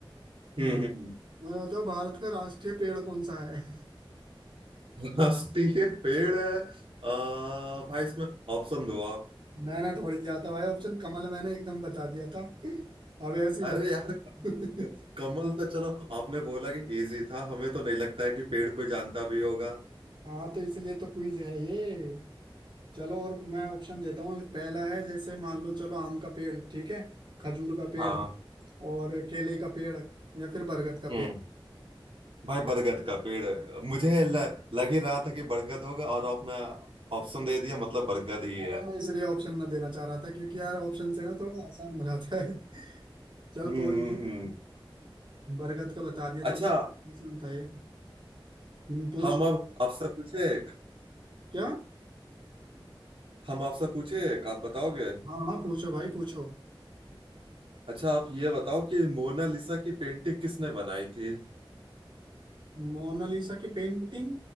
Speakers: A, on the right; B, on the right.
A: हम्म
B: मु-
A: हम्म।
B: मुझे बताओ भारत का राष्ट्रीय पेड़ कौन सा है
A: मस्ती है पेड़ है आ, भाई इसमें ऑप्शन दो आप
B: <laughs> मैंने थोड़ी दिया था भाई ऑप्शन कमल मैंने एकदम बता दिया था अब ऐसी
A: अरे
B: बता
A: यार
B: <laughs>
A: कमल तो चलो आपने बोला कि इजी था हमें तो नहीं लगता है कि पेड़ कोई जानता भी होगा
B: हाँ तो इसलिए तो क्विज है ये चलो और मैं ऑप्शन देता हूँ पहला है जैसे मान लो चलो आम का पेड़ ठीक है खजूर का पेड़
A: हाँ
B: और केले का पेड़ या फिर बरगद का
A: हम्म
B: पेड़
A: भाई बरगद का पेड़ है। मुझे ल, लग ही रहा था कि बरगद होगा और आपने ऑप्शन दे दिया मतलब बरगद ही
B: अब
A: है
B: मैं इसलिए ऑप्शन ना देना चाह रहा था क्योंकि यार ऑप्शन से ना थोड़ा आसान हो जाता है <laughs> चल
A: हम्म
B: कोई
A: हम्म,
B: नहीं
A: हम्म।
B: बरगद का बता दिया
A: अच्छा
B: तो आसान था ये हम्म, पूछ
A: हम अब आपसे पूछे एक
B: क्या
A: हम आपसे पूछे एक आप बताओगे
B: हाँ हाँ पूछो भाई पूछो
A: अच्छा आप ये बताओ कि मोनालिसा की पेंटिंग किसने बनाई थी
B: मोनालिसा की पेंटिंग